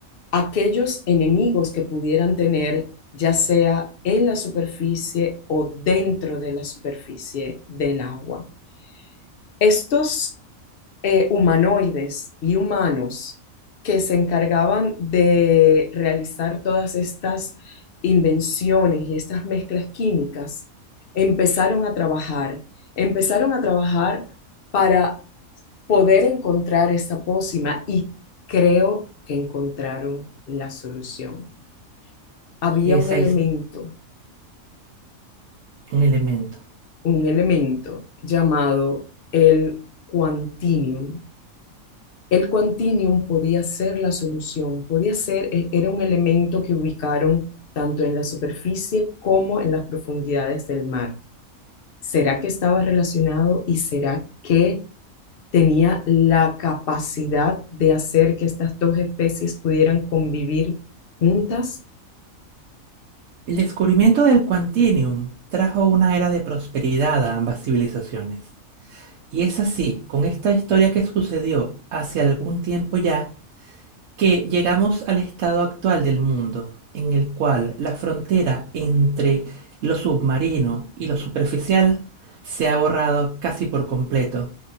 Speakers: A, on the left (about 60°); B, on the right (about 70°).
A: aquellos enemigos que pudieran tener, ya sea en la superficie o dentro de la superficie del agua. Estos eh, humanoides y humanos que se encargaban de realizar todas estas invenciones y estas mezclas químicas, empezaron a trabajar, empezaron a trabajar para poder encontrar esta pócima y creo que encontraron la solución había
B: Y ese
A: un elemento,
B: es un elemento.
A: un elemento llamado el quantinium. El quantinium podía ser la solución, podía ser, e- era un elemento que ubicaron tanto en la superficie como en las profundidades del mar. ¿Será que estaba relacionado y será que tenía la capacidad de hacer que estas dos especies pudieran convivir juntas
B: El descubrimiento del Quantinium trajo una era de prosperidad a ambas civilizaciones. Y es así, con esta historia que sucedió hace algún tiempo ya, que llegamos al estado actual del mundo, en el cual la frontera entre lo submarino y lo superficial se ha borrado casi por completo.